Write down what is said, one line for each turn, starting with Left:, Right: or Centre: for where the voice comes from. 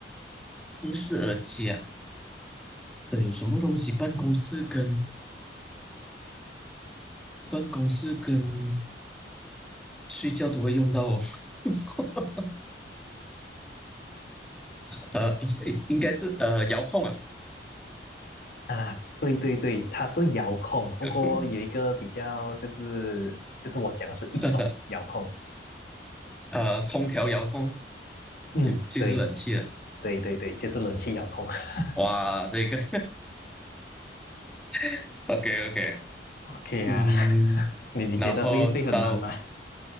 Centre: 不是耳机啊，呃，有什么东西办公室跟办公室跟睡觉都会用到哦。<laughs> 呃，<laughs> 诶应该是呃遥控啊，
Left: 啊，对对对，它是遥控，不过有一个比较就是就是我讲的是一种遥控，
Centre: <laughs> 呃呃空调遥控
Left: 嗯，
Centre: 就就是冷气了。
Left: 对对对对，就是冷气遥控。<laughs>
Centre: 哇，这个 <laughs> OK OK，
Left: OK
Centre: 嗯，
Left: 啊，<laughs> 你你觉得会会很难吗？
Centre: 然后到